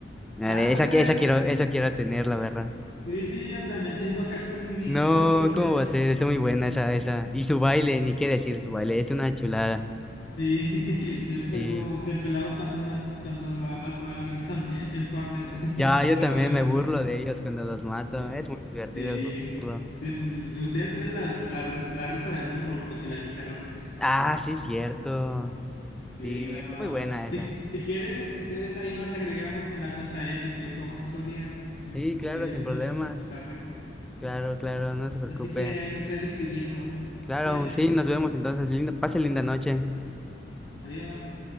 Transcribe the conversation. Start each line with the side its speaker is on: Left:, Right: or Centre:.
Centre: La
Left: Ah,
Centre: de-
Left: yo
Centre: Esa,
Left: tengo,
Centre: esa
Left: ah, yo-
Centre: quiero, esa quiero tener, la verdad.
Left: sí, sí, yo también tengo a Hatsune Miku
Centre: No,
Left: en Fortnite.
Centre: ¿cómo va a ser? Es muy buena esa, esa. Y su baile, ni qué decir su baile, es una chulada.
Left: Sí, <laughs> siempre
Centre: Sí.
Left: lo, siempre lo hago cuando, ma- cuando mato a alguien con, en Fortnite. <laughs>
Centre: Ya, yo
Left: Hago
Centre: también
Left: el,
Centre: me burlo de ellos cuando los mato.
Left: Sí,
Centre: Es muy divertido
Left: sí,
Centre: jugarlo.
Left: sí, me gustaría tener la, la, la risa de burro porque la quitaron.
Centre: Ah, sí, cierto.
Left: Sí,
Centre: Sí,
Left: bueno,
Centre: es muy buena
Left: eh, si,
Centre: esa.
Left: si quieres, si quieres, ahí nos agregamos en la cuenta épica y jugamos otro día, mm,
Centre: Sí, claro,
Left: porque ya
Centre: sin
Left: se está
Centre: problemas.
Left: haciendo un poco tarde.
Centre: Claro, claro,
Left: As-
Centre: no se preocupe.
Left: Así que ahí me estoy despidiendo.
Centre: Claro,
Left: Cuídate,
Centre: sí, nos vemos entonces. Linda, pase linda noche.
Left: adiós.